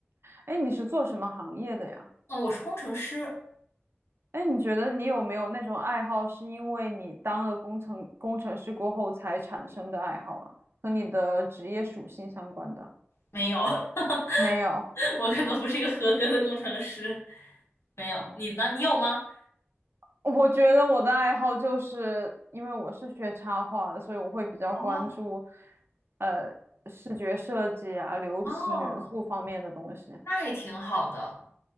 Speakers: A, on the right; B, on the left.
A: 哎，你是做什么行业的呀？
B: 嗯，我是工程师，
A: 哎，你觉得你有没有那种爱好，是因为你当了工程工程师过后才产生的爱好啊？和你的职业属性相关的？
B: 没有，<laughs>
A: 没有。
B: 我可能不是一个合格的工程师，没有。
A: 哦。
B: 你呢？你有吗？
A: 我觉得我的爱好就是因为我是学插画的，所以我会比较关注，
B: 哦
A: 呃，视觉设计啊、流行元素方面的东西。
B: 哦，那还挺好的，